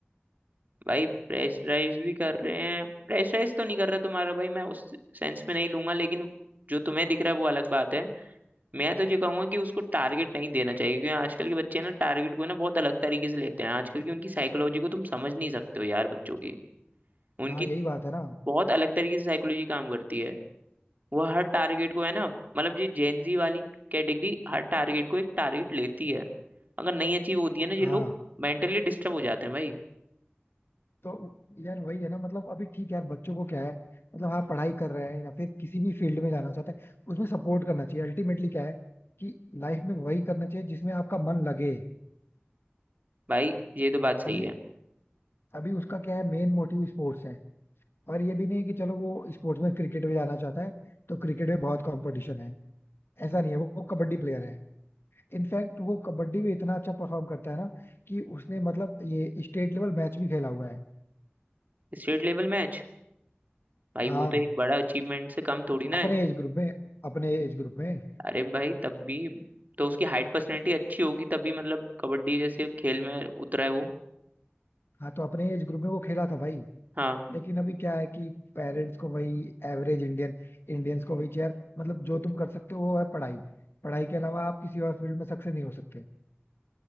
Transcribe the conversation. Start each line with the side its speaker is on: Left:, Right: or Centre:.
Right: भाई प्रेशराइज भी कर रहे हैं प्रेशराइज तो नहीं कर रहा तुम्हारा भाई मैं उस सेंस में नहीं लूंगा लेकिन जो तुम्हें दिख रहा है वो अलग बात है मैं तो ये कहूंगा कि उसको टारगेट नहीं देना चाहिए क्योंकि आजकल के बच्चे ना टारगेट को ना बहुत अलग तरीके से लेते हैं आजकल की उनकी साइकोलॉजी को तुम समझ नहीं सकते हो यार बच्चों की उनकी
Left: हाँ यही बात है ना
Right: बहुत अलग तरीके से साइकोलॉजी काम करती है वो हर टारगेट को है ना मतलब ये जेनजी वाली कैटेगरी हर टारगेट को एक टारगेट लेती है अगर नहीं अचीव होती है ना ये
Left: हाँ
Right: लोग मेंटली डिस्टर्ब हो जाते हैं भाई
Left: तो यार वही है ना मतलब अभी ठीक है यार बच्चों को क्या है मतलब हाँ पढ़ाई कर रहे हैं या फिर किसी भी फील्ड में जाना चाहते हैं उसमें सपोर्ट करना चाहिए अल्टीमेटली क्या है कि लाइफ में वही करना चाहिए जिसमें आपका मन लगे
Right: भाई ये तो बात सही
Left: अभी
Right: है
Left: अभी उसका क्या है मेन मोटिव स्पोर्ट्स है और ये भी नहीं है कि चलो वो स्पोर्ट्स में क्रिकेट में जाना चाहता है तो क्रिकेट में बहुत कंपटीशन है ऐसा नहीं है वो कबड्डी प्लेयर है इनफैक्ट वो कबड्डी में इतना अच्छा परफॉर्म करता है ना कि उसने मतलब ये स्टेट लेवल मैच भी खेला हुआ है
Right: State level match भाई
Left: हाँ
Right: वो तो एक बड़ा अचीवमेंट से कम थोड़ी ना
Left: अपने
Right: है
Left: एज ग्रुप में अपने एज ग्रुप में
Right: अरे भाई तब भी तो उसकी हाइट पर्सनैलिटी अच्छी होगी तभी मतलब कबड्डी जैसे खेल में उतरा है वो
Left: हाँ तो अपने एज ग्रुप में वो खेला था भाई
Right: हाँ
Left: लेकिन अभी क्या है कि पेरेंट्स को वही एवरेज इंडियन इंडियंस को वही चेयर मतलब जो तुम कर सकते हो वो है पढ़ाई पढ़ाई के अलावा आप किसी और फील्ड में सक्सेस नहीं हो सकते